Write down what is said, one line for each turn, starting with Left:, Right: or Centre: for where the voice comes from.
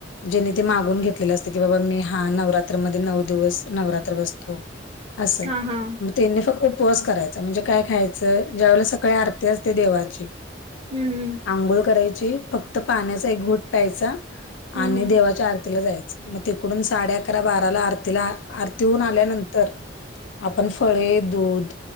Left: जेने ते मागून घेतलेले असते की बाबा मी हा नवरात्रमध्येध्ये नऊ दिवस नवरात्र बसतो. असं
Right: हां हां.
Left: म त्यांनी फक्त उपवास करायचा म्हणजे काय खायचं ज्यावेेळेला सकाळी आरती असते देवाची
Right: हुम्म
Left: आंघोळ करायची फक्त पाण्याचा एक घोट प्यायचा
Right: हम्म
Left: आणि
Right: हम्म.
Left: देवाच्या आरतीला जायचा मग तिकडून साडे अकरा बाराला आरतीला आरती होऊन आल्यानंतर आपण फळे दूध